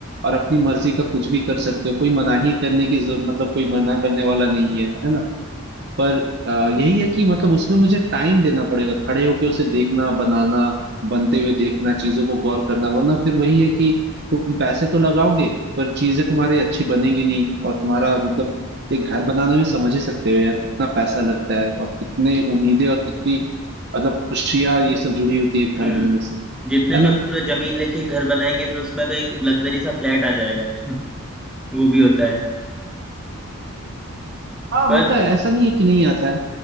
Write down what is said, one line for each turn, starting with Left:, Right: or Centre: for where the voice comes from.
Right: और अपनी मर्जी का कुछ भी कर सकते हो कोई मनाही करने की जरूरत मतलब कोई मना करने वाला नहीं है है ना पर अ, यही है कि मतलब उसमें मुझे टाइम देना पड़ेगा खड़े होके उसे देखना बनाना बनते हुए देखना चीजों को गौर करना वरना फिर वही है कि तुम पैसे तो लगाओगे पर चीजें तुम्हारी अच्छी बनेंगी नहीं और तुम्हारा मतलब एक घर बनाने में समझ ही सकते हो यार कितना पैसा लगता है और कितने उम्मीदें और कितनी मतलब खुशियां ये सब जुड़ी होती है एक घर
Centre: हम्म
Right: बनने से
Centre: जितने
Right: है ना
Centre: में पूरा जमीन लेके घर बनाएंगे फिर उसमें तो एक लग्जरी सा फ्लैट आ जाएगा <laughs> वो भी होता है
Right: हाँ
Centre: पर
Right: होता है ऐसा नहीं है कि नहीं आता है